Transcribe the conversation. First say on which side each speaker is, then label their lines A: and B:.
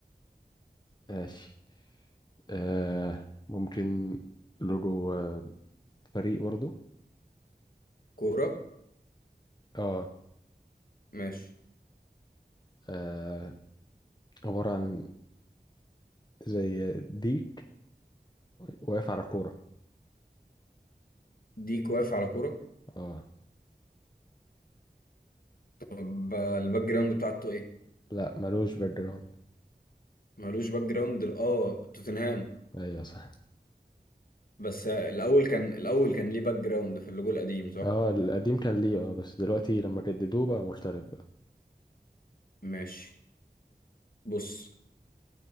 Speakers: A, on the left; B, on the left.
A: ماشي آه ممكن لوجو آه، فريق برضو
B: كوره
A: اه
B: ماشي
A: آه، عبارة عن زي ديك واقف على كورة
B: ديك واقف على كوره
A: اه
B: طب آه، الباك جراوند بتاعته ايه
A: لا ملوش باك جراوند
B: مالوش باك جراوند اه توتنهام
A: ايوه صح
B: بس آه، الاول كان الاول كان ليه باك جراوند في اللوجو القديم صح
A: اه القديم كان ليه اه بس دلوقتي لما جددوه بقى مختلف بقى
B: ماشي بص